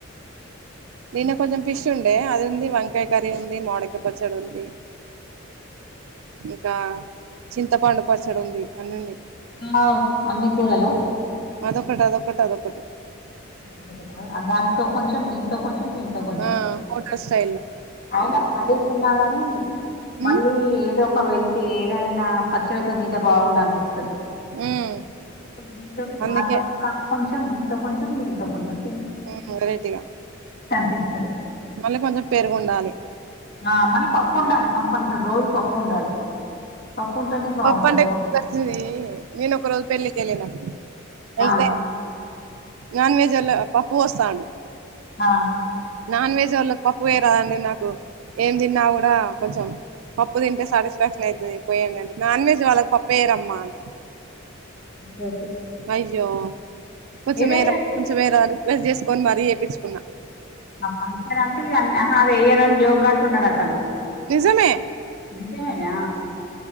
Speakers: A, on the right; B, on the left.
A: నిన్న కొంచెం ఫిష్ ఉండే అది ఉంది వంకాయ కర్రీ ఉంది మాడకాయ్ పచ్చడి ఉంది ఇంకా చింతపండు పచ్చడు ఉంది అన్ని ఉన్నాయి
B: ఆ అన్ని కూరలా
A: అదొక్కటి అదొక్కటి అదొక్కటి
B: అ అ కద దానితో కొంచెం దీంతో కొంచెం దీంతో కొంచెం
A: ఆ కొ వస్తా
B: అయినా కర్రీస్ ఉన్నా గాని
A: మ్మ్
B: మళ్ళీ ఏదో ఒక వెళ్ అయితే ఏదైనా పచ్చడితో తింటే బాగుండు అనిపిస్తది
A: మ్మ్
B: దీంతోటి
A: అందుకే
B: దాంతో క కొంచం దీంతో కొంచం దీంతో కొంచం
A: ఉ వెరైటిగా
B: తీస్తది
A: మళ్ళీ కొంచం పెరుగుండాలి
B: ఆ మళ్ళీ పప్పు ఉండాలి కంపల్సరీ రోజు పప్పు ఉండాలి పప్పు ఉంటేనే బాగుంటది.
A: పప్ప అంటె గుర్తు వస్తుంది నేను ఒక రోజు పెళ్ళికి వెళ్ళిన వెళ్తే
B: ఆ
A: నాన్ వెెజ్ ఎల్లు పప్పు వేస్తాను
B: ఆ
A: నాన్ వెజ్ వాళ్ళకి పప్పు వేయరాదండి నాకు ఏం తిన్నా కూడా కొంచెం పప్పు తింటే సాటిస్ఫాక్షన్ అయితది పోయిండి అంటే నాన్ వెజ్ వాళ్ళకి పప్పు ఏయ్యరమ్మా అంటారు
B: జోకు
A: అయ్యో కొంచెమేరా
B: ఏదైనా
A: కొంచెమేరాని రిక్వెస్ట్ చేసుకొని మరీ చేప్పించుకున్నా
B: ఆ ఫంక్షన్ అంతే ఇ అహా వెయ్యరని జోగ్గా అంటున్నాడు అతను.
A: నిజమే
B: నిజమేనా